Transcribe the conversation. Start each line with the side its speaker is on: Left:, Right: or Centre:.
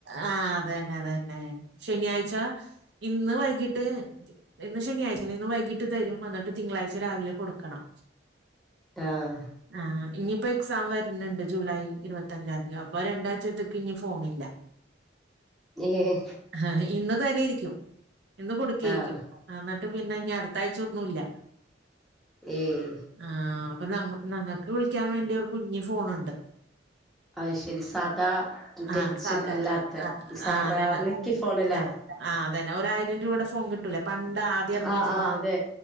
Right: ആഹ് അതന്നെ അതന്നെ ശനിയാഴ്ച്ച ഇന്ന് വൈകിട്ട് ഇന്ന് ശനിയാഴ്ച്ചഅല്ലെ ഇന്ന് വൈകിട്ട് തരും എന്നിട്ട് തിങ്കളാഴ്ച്ച രാവിലെ കൊടുക്കണം
Centre: ആഹ്
Right: ആഹ് ഇനിയിപ്പോ എക്സാം വരുന്നുണ്ട് ജൂലൈ ഇരുപത്തിഞ്ചാം തീയതി അപ്പൊ രണ്ടാഴ്ചത്തക്ക് ഇനി ഫോണില്ല
Centre: ഏ ഹേഹേ
Right: ആഹ് ഇന്ന് തരായിരിക്കും ഇന്ന് കൊടുക്കായിരിക്കും
Centre: ആഹ്
Right: എന്നിട്ട് പിന്നെ അടുത്താഴ്ച ഒന്നുല്ല
Centre: ഏയ്
Right: ആഹ് അപ്പൊ ഞങ്ങ ഞങ്ങക്ക് വിളിക്കാൻ വേണ്ടി ഒരു കുഞ്ഞു ഫോണുണ്ട്
Centre: അത് ശരി സാദാ ടച്ച്
Right: ആഹ് സാധാരണ
Centre: അല്ലാത്ത സാദാ
Right: ആഹ് അതന്നെ
Centre: നെക്കി ഫോണ്ല്ലേ
Right: ആഹ് ആ അതന്നെ ഒര് ആയിരം രൂപയുടെ ഫോൺ കിട്ടൂലേ പണ്ട് ആദ്യം ഇറങ്ങിയ
Centre: ആഹ്
Right: ഫോൺ
Centre: ആഹ് അതെ